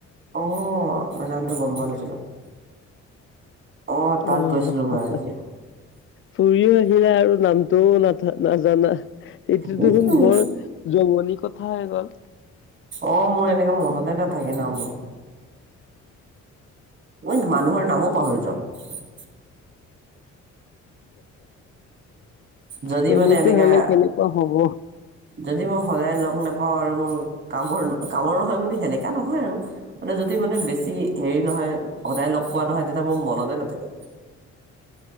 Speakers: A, on the right (about 40°); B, on the left (about 45°).
A: আহ মানে আম তো গম পোৱা নাছিলো। অ তাত
B: অ'
A: গৈছিলো মই আজি
B: ফুৰিও আহ। আৰু নামটোও না নাজানা সটোতো
A: উম,
B: শুন বৰ যন কথা হৈ গ'ল।
A: অ' মোৰ এনেককাে মনতে নাথাকে নামবোৰ ম মানুহৰ নামো পাহৰি যাওঁ। যদি
B: তেনেকে
A: মানে এনেকা
B: হলে কেনেকুৱা হব।
A: যদি মই সদায় লগ নাপাওঁ আৰু মোৰ কামৰ কামৰ নহয় বুলি সেনেকা নহয় আৰু মানে যদি মানে বেছি হেৰি নহয় সদায় লগ পোৱা নহয় তেতিয়া মোৰ মনতে নাথাকে,